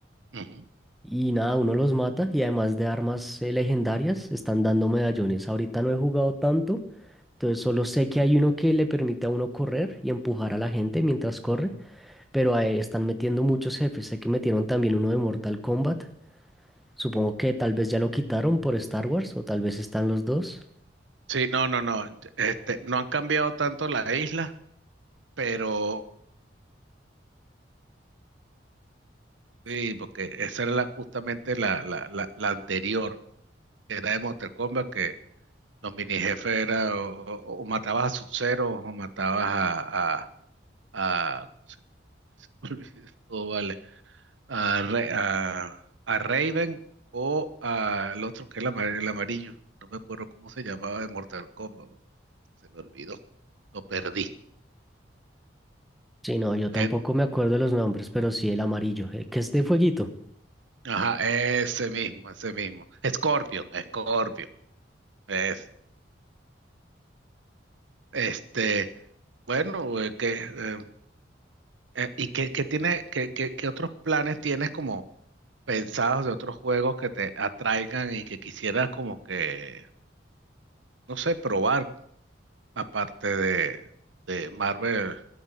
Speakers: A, on the right; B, in the centre.
A: Ujú.
B: Y nada, uno los mata y además de armas eh, legendarias, están dando medallones. Ahorita no he jugado tanto, entonces solo sé que hay uno que le permite a uno correr y empujar a la gente mientras corre, pero ahí están metiendo muchos jefes. Sé que metieron también uno de Mortal Kombat. Supongo que tal vez ya lo quitaron por Star Wars o tal vez están los dos.
A: Sí, no, no, no. Este, no han cambiado tanto la isla, pero sí, porque esa era la- justamente la, la, la, la anterior, que era de Mortal Kombat, que los mini jefes era o, o- o matabas a Sub-Zero o matabas a, a, a- <laughs> se me olvidó, vale a, Ra- a, a Raven o al otro que es el amar- el amarillo. No me acuerdo cómo se llamaba de Mortal Kombat. ¿vale? Se me olvidó. Lo perdí.
B: Sí, no, yo
A: Pero-
B: tampoco me acuerdo de los nombres, pero sí el amarillo, el que es de fueguito.
A: ajá, ese mismo, ese mismo. Scorpion, Scorpion. Es, este, bueno, eh, que, eh, eh, ¿y qué, qué tiene, qué, qué- qué otros planes tienes como pensados de otros juegos que te atraigan y que quisieras como que, no sé, probar? aparte de, de Marvel